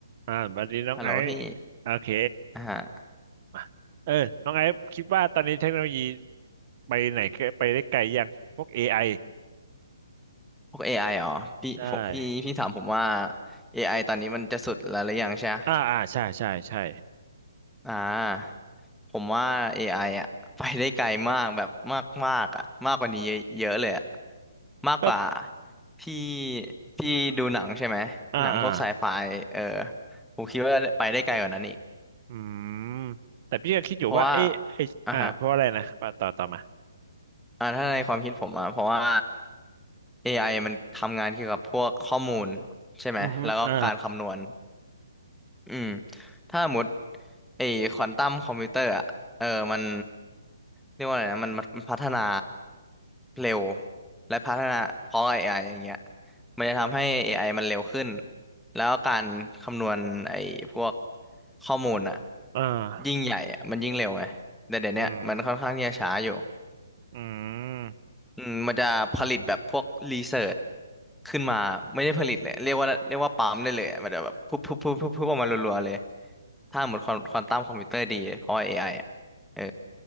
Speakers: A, on the right; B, in the centre.
A: อ่าบัดนี้น้องไอซ์
B: ฮัลโหลพี่
A: โอเค
B: อ่าฮะ
A: มาเออน้องไอซ์คิดว่าตอนนี้เทคโนโลยีไปไหนไปได้ไกลยังพวก AI
B: พวก a ไออ๋อพี่ผมพี่พี่ถามผมว่า
A: ใช่
B: เอไอตอนนี้มันจะสุดแล้วหรือยังใช่ไหม
A: อ่าอ่าใช่ใช่ใช่
B: อ่าผมว่าเอไออ่ะ <laughs> ไปได้ไกลมากแบบมากมากอ่ะมากกว่านี้เยอะเยอะเลยอ่ะมากกว่า
A: ก็
B: ที่พี่ดูหนังใช่ไหมหนังพวกไซไฟเออ
A: อ่าอ่า
B: ผมคิดว่าไปได้ไกลกว่านั้นอีก
A: อืมแต่พี่ก็คิดอยู่ว่าเอ๊ะไออ่าเพราะอะไรนะปะต่อต่อมา
B: เพราะว่าอ่าฮะอ่าถ้าในความคิดผมอ่ะเพราะว่า a อไอมันทำงานเกี่ยวกับพวกข้อมูลใช่ไหมแล้วก็การคำนวณ
A: อือฮึอ่า
B: อืมถ้าสมมติไอ้ควอนตัมคอมพิวเตอร์อะเออมันเรียกว่าอะไรนะมันมันพัฒนาเร็วและพัฒนาเพราะ AI อไออย่างเงี้ยมันจะทำให้ AI มันเร็วขึ้นแล้วการคำนวณไอ้พวกข้อมูลอะ
A: อ่า
B: ยิ่งใหญ่อะมันยิ่งเร็วไงแต่เดี๋ยวเนี้ยมันค่อนข้างที่จะช้าอยู่
A: อืมอืม
B: อืมมันจะผลิตแบบพวกรีเสิร์ชขึ้นมาไม่ได้ผลิตเลยเรียกว่าเรียกว่าปั๊มได้เลยอะมันจะแบบพุบพุบพุบพุบพุบออกมารัวๆเลยถ้าเหมือนควอนควอนตัมคอมพิวเตอร์ดีเพราะว่า AI อไออะเออ